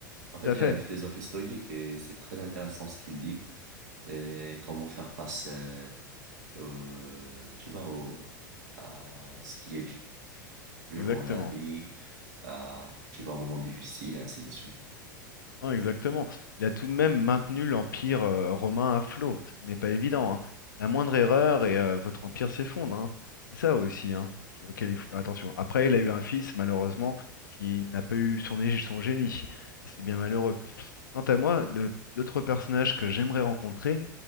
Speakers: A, on the right; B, on the left.
A: En
B: tout
A: fait,
B: à
A: il
B: fait,
A: a une philosophie stoïque et c'est très intéressant ce qu'il dit et comment faire face, euh, au- tu vois, au- à ce qui est dur
B: exactement.
A: dans la vie, euh, tu vas un moment difficile, et ainsi de suite.
B: Non, exactement. Il a tout de même maintenu l'empire euh, romain à flot, ce qui n'est pas évident, hein. La moindre erreur et euh, votre empire s'effondre, hein. C'est ça aussi, hein, qui- auquel il faut faire attention. Après, il a eu un fils, malheureusement, qui n'a pas eu son, ég- son génie, et c'est bien malheureux. Quant à moi, le- l'autre personnage que j'aimerais rencontrer,